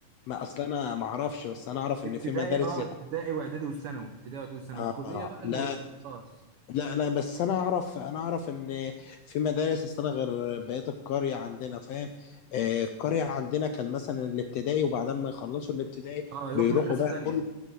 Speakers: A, on the left; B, on the right.
A: ما اصل انا ما اعرفش بس انا اعرف ان
B: ابتدائي
A: في مدارس
B: اه
A: زي-
B: ابتدائي واعدادي وثانوي ابتدائي واعدادي وثانوي
A: آه
B: والكليه
A: آه.
B: بقى اللي
A: لا
B: خلاص
A: لا لا بس انا اعرف انا اعرف ان في مدارس اصل انا غير بقيه القريه عندنا فاهم آه القريه عندنا كان مثلا الابتدائي وبعدين ما يخلصوا الابتدائي
B: اه يروح
A: بيروحوا
B: مدرسه
A: بقى
B: تانية
A: كل